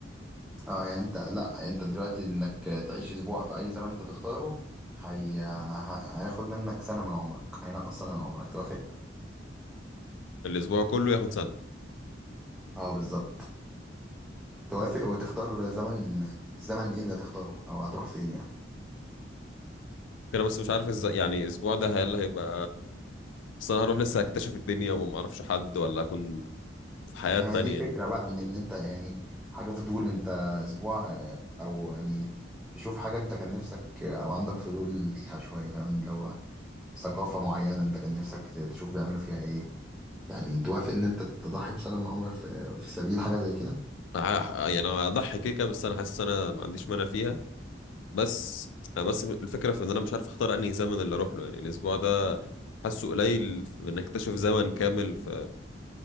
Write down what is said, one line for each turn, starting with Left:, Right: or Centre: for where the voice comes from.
Centre: اه يعني انت لا انت دلوقتي انك تعيش اسبوع في اي زمن انت تختاره هي... ه- هياخد منك سنة من عمرك هينقص سنة من عمرك توافق
Left: الاسبوع كله ياخد سنه
Centre: اه بالظبط توافق وتختار زمن الزمن ايه اللي هتختاره او هتروح فين يعني
Left: انا بس مش عارف ازاي يعني الاسبوع ده هل هيبقى اصل انا هروح لسه اكتشف الدنيا وما اعرفش حد ولا اكون في حياه
Centre: ما
Left: تانية
Centre: هي دي الفكرة
Left: يعني
Centre: بقى ان إن انت يعني حاجة فضول انت اسبوع او يعني تشوف حاجة انت كان نفسك او عندك فضول ليها شوية فاهم اللي هو ثقافة معينة انت كان نفسك تشوف بيعملوا فيها ايه يعني توافق ان انت تضحي بسنة من عمرك في في سبيل حاجة زي كده
Left: آه، يعني اضحي كيكه بس انا حاسس انا ما عنديش مانع فيها بس أنا بس الفكرة في ان انا مش عارف اختار انهي زمن اللي اروح له يعني الاسبوع ده حاسه قليل في انك تكتشف زمن كامل في